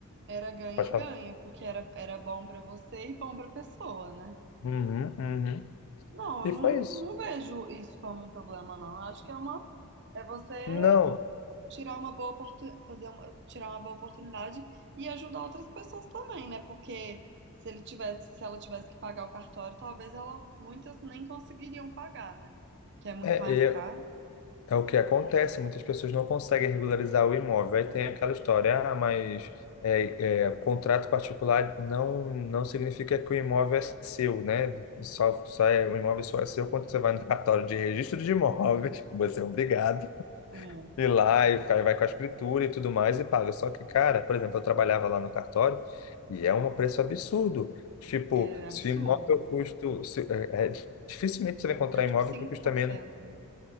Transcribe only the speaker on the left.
Pode falar.
Uhum, uhum.
E
foi isso.
Não,
é
é, É o que acontece, muitas pessoas não conseguem regularizar o imóvel. Aí tem aquela história, ah, mas é, é, contrato particular não não significa que o imóvel é seu, né? Só, só é, o imóvel só é seu quando você vai no cartório de registro de imóveis, <laughs> que você é obrigado
ir lá e o cara vai com a escritura e tudo mais e paga. Só que, cara, por exemplo, eu trabalhava lá no cartório e é um preço absurdo. Tipo,
se o imóvel custa, se- é, é, dificilmente você vai encontrar
imóvel
que custa menos.